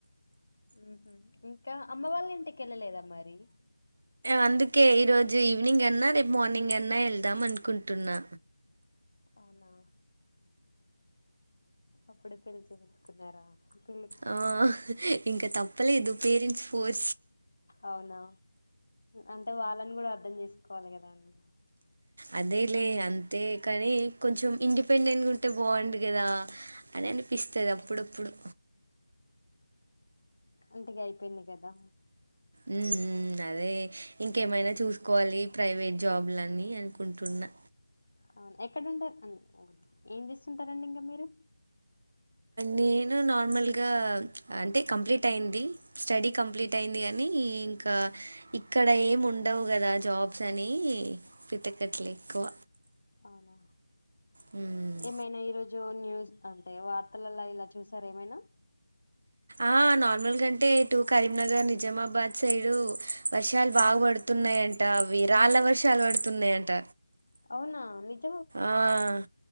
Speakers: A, on the left; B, on the right.
A: ఉహూ. ఇంకా అమ్మ వాళ్ళ ఇంటికి వెళ్ళలేదా మరి
B: అందుకే ఈ రోజు ఈవినింగ్ అన్నా రేపు మార్నింగ్ అన్నా వెళ్దాం అనుకుంటున్నా
A: అవునా అప్పుడే పెళ్లి చేసుకున్నారా పిల్లి
B: ఆ ఇంకా తప్పలేదు పేరెంట్స్ ఫోర్
A: అవునా అంటే వాళ్ళని కూడా అర్ధం చేసుకోవాలి కదా అంీ
B: అదేలే అంతే కాని కొంచెం ఇండిపెండెంట్ గా ఉంటే బాగుంంది కదా అ అనిపిస్తుంది అప్పుడప్పుడు
A: అంతక అయిపోయిందియి కదా
B: ఉమ్ ఉమ్ అం అదే ఇంకేమైనా చూసుకోవాలి ప్రైవేట్ జాబ్లాన్ని అనుకుంటున్నా
A: అవును ఎక్కడంటారు ఏం చేస్తుంటారండి ఇంకా మీరు
B: నేను నార్మల్గా అంటే కంప్లీట్ అయింది స్టడీ కంప్లీట్ అయింది కాగానీ ఇంకా ఇక్కడ ఏం ఉండవు కదా జాబ్స్ అని వెతకట్లే ఎక్కువ
A: అవునా
B: హ్మ్.
A: ఏమైనా ఈరోజు జో న్యూస్ అంటే వార్తలలా ఇలా చూసార ఏమైనా
B: ఆ నార్మల్గాంటే ఇటు కరీంనగర్ నిజామాబాద్ సైడ్ వర్షాలు బాగు పడుతాయి పడుతున్నాయి అంటే రాళ్ళ వర్షాలు పడుతున్నాయి అంట
A: అవునా నిజ
B: ఆహ్